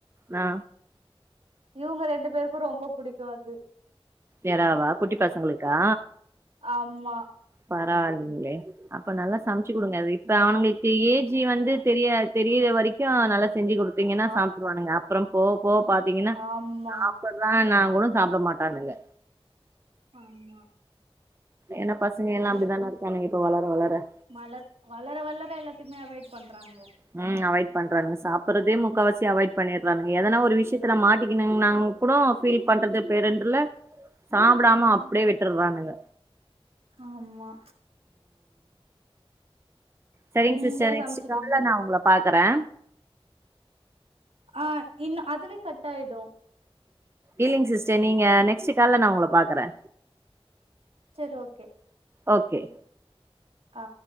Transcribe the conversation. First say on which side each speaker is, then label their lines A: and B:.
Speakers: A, on the right; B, on the right.
A: னா
B: இவங்க ரெண்டு பேருக்கும் ரொம்ப புடிக்கும் அது
A: எறாவா குட்டி பசங்களுக்கா
B: ஆமா
A: பரவாயில்லிங்ளே அப்ப நல்லா சமைச்சு குடுங்க வீட் இப்ப அவனுங்களுக்கு ஏஜி வந்து
B: அ
A: தெரியாது தெரிய வரைக்கு நல்லா செஞ்சு குடுத்தீங்கன்னா
B: ஆ
A: சாப்ட்டுருவானுங்க அப்றம் போவ போவ பாத்தீங்கன்னா
B: ஆமா
A: சாப்புர்றானா கூட சாப்டமாட்டானுங்க
B: ஆமா
A: ஏன்ன பசங்க எல்லா
B: இது
A: அப்டித்தானே இருக்கானுங்க இப்ப வளர வளர
B: வளர் வளர வளர எல்லாத்தையுமே அவாய்ட் பண்றாங்க
A: ம் அவாய்ட் பண்றானுங்க சாப்டுறதே முக்காவாசி அவாய்ட் பண்ணிறானுங்க எதனா ஒரு விஷயத்துல மாட்டிக்குனுன்ங்கானா கூட ஃபீல் பண்றது
B: ம்
A: பேரெண்ட்ல சாப்டாம
B: ம்
A: அப்டியே விட்டுறானுங்க
B: ஆமா
A: செரிங்க
B: நீங்க
A: சிஸ்டர் நெக்ஸ்ட்
B: சமச்சுட்டீங்களா
A: கால்ல நான் உங்கள பாக்குறே
B: ஆ இன்னு அதுவே கட் ஆயிடும்
A: இல்லிங் சிஸ்டர் நீங்க நெக்ஸ்ட் கால்ல நா உங்கள பாக்குறே
B: செரி ஓகே
A: ஓகே
B: ஆ